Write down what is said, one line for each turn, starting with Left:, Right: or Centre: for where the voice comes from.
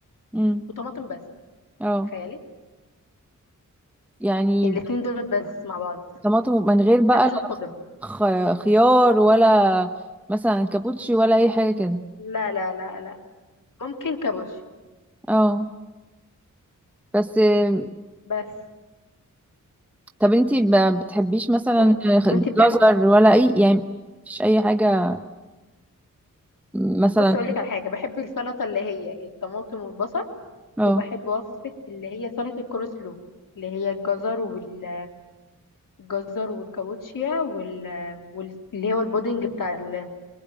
Centre: امم
Left: وطماطم بس
Centre: اه
Left: تخيلي
Centre: يعني
Left: الاتنين دولت بس مع بعض
Centre: طماطم من غير بقى
Left: بحبش
Centre: لا
Left: الخضره
Centre: خ- خيار ولا مثلا كابوتشي ولا اي حاجة كده
Left: لا لا لا لا ممكن كابوتش
Centre: اه بس آم،
Left: بس
Centre: طب انتي ما بتحبيش مثلا
Left: و... وانتي بتعمل
Centre: جزر ولا اي يعني مفيش اي حاجة مثلا
Left: بص اقول لك على حاجه بحب السلطه اللي هي الطماطم والبصل
Centre: اه
Left: وبحب وصفه اللي هي سلطه الكول سلو اللي هي الجزر وال الجزر والكابوتشيا وال... وال... اللي هو البودنج بتاع ال...